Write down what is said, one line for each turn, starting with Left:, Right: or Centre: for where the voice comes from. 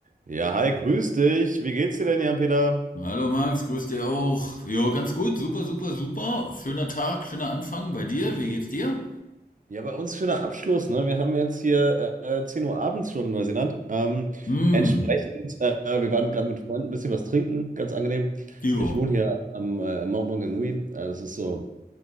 Right: Ja, hi, grüß dich. Wie geht's dir denn, Jan-Peter?
Left: Hallo Max, grüß dich auch. Jo, ganz gut, super, super, super. Schöner Tag, schöner Anfang bei dir. Wie geht's dir?
Right: Ja, bei uns schöner Abschluss, ne? Wir haben jetzt hier äh, 10 Uhr abends schon in Neuseeland. Ähm,
Left: Hm,
Right: entsprechend, äh, wir waren gerade mit Freunden ein bisschen was trinken, ganz angenehm.
Left: jo.
Right: Ich wohne hier am äh, Mount Maunganui. Äh, das ist so